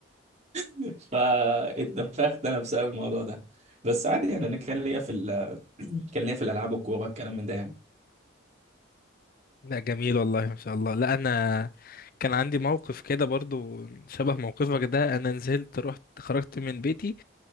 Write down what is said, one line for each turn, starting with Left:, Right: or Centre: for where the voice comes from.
Right: <laughs> فاتنفخت انا بسبب الموضوع ده بس عادي يعني انا كان ليا في ال... كان ليا في الالعاب والكوره الكلام من ده يعني
Left: لا جميل والله ما شاء الله لا انا كان عندي موقف كده برضو شبه موقفك ده انا نزلت رحت خرجت من بيتي